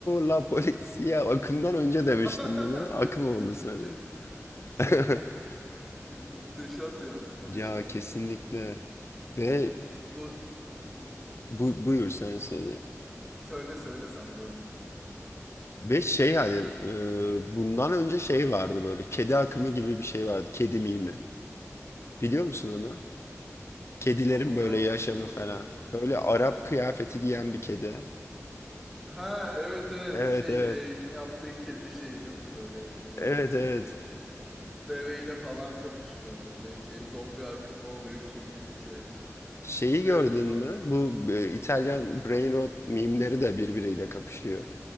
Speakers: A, on the left (about 55°); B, in the centre.
A: la polizia akımdan önce demiştim
B: <laughs>
A: bunu. Akım oldu sana. <laughs>
B: Muhteşem ya muhteşem.
A: Ya kesinlikle. Ve
B: Bu Hı?
A: bu, buyur sen söyle.
B: söyle söyle sen böldüm seni.
A: Ve şey hani e, bundan önce şey vardı böyle kedi akımı gibi bir şey vardı. Kedi mimi. Biliyor musun onu? Kedilerin
B: Tam olarak
A: böyle yaşamı
B: nasıl bir hatırlatma?
A: falan. Böyle Arap kıyafeti giyen bir kedi.
B: Ha evet evet
A: Evet
B: şey
A: evet.
B: e, in yaptığı kedi şeyi değil mi böyle
A: Evet
B: e,
A: evet.
B: deveyle falan kapışıyor böyle şey zombi akımı oluyor kedi şey yapıyorlar. <laughs>
A: Şeyi
B: Evet
A: gördün
B: onu
A: mü?
B: hatırlıyorum.
A: Bu e, İtalyan brain rot mimleri de birbiriyle kapışıyor.